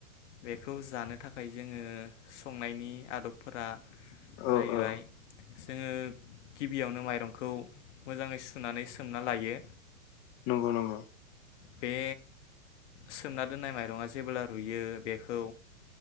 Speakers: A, on the left; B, on the left.
A: बेखौ जानो थाखाय जोङो संनायनि आदबफोरा जाहैबाय
B: औ औ
A: जोङो गिबियावनो माइरंखौ मोजाङै सुनानै सोमना लायो।
B: नंगौ नंगौ
A: बे सोमना दोननाय माइरङा जेब्ला रुयो बेखौ